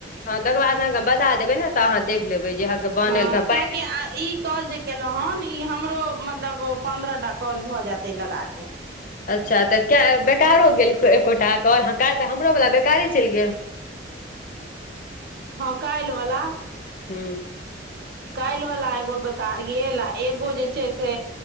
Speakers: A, on the left (about 50°); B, on the right (about 60°).
A: हाँ तकर बाद अहाँ के बता देबय ने तऽ अहाँ देख लेबै जे बनल
B: हँ
A: पाइ।
B: कियाकि आ ई ताॅल जे केलहुँ हेन ई हमरो मतलब पन्द्रह टा कॉल भऽ जायतै लगा के
A: अच्छा त किया बेकारो गेल एकोटा कल ह काल्हि त हमरो वाला बेकारे चलि गेल
B: हाँ काल्हि वाला
A: हू
B: काल्हि वाला एगो बेकार गेल आ एगो जे छै से